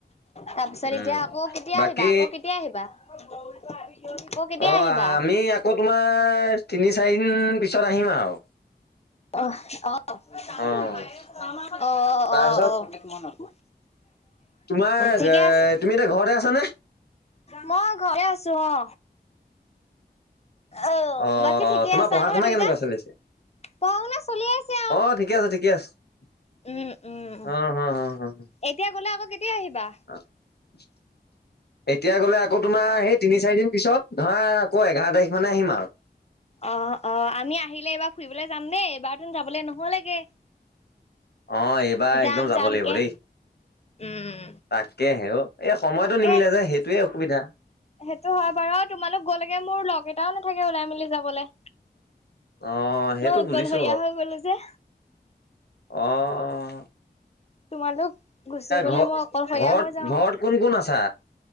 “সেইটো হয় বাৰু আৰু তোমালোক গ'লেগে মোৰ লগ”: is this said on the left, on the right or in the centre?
Left